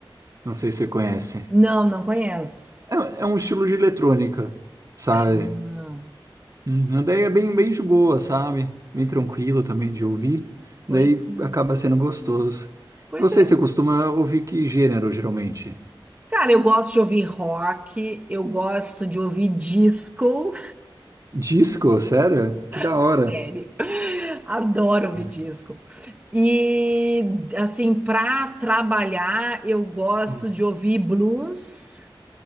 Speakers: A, on the right (about 40°); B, on the right (about 20°).
A: Não sei se você conhece.
B: Não, não conheço.
A: É, é um estilo de eletrônica, sabe?
B: Ah,
A: Uhum, Daí é bem, bem de boa, sabe? Bem tranquilo também de ouvir.
B: pois
A: Daí
B: é.
A: acaba sendo gostoso.
B: Pois
A: E Você,
B: é.
A: você costuma ouvir que gênero, geralmente?
B: Cara, eu gosto de ouvir rock, eu gosto de ouvir disco.
A: Disco, sério? Que da
B: <laughs>
A: hora.
B: Sério. Adoro ouvir
A: É.
B: disco. E, assim, pra trabalhar, eu gosto
A: Hum.
B: de ouvir blues